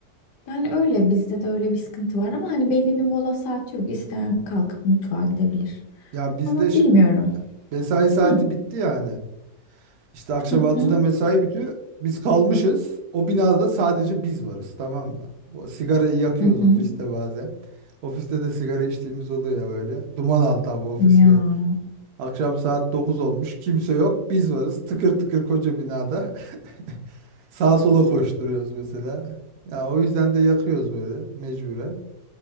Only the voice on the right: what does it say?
ya bizde
şey-
mesai saati
bitti yani. İşte akşam
altıda
mesai bitiyor. Biz kalmışız. O binada sadece biz varız, tamam mı? O sigarayı yakıyoruz
ofiste bazen. Ofiste de sigara içtiğimiz oluyor ya böyle. Duman altı abi ofis
Akşam saat 9 olmuş. Kimse yok. Biz varız. Tıkır tıkır koca binada. <laughs> Sağa sola koşturuyoruz mesela. Ya o yüzden de yakıyoruz böyle mecburen.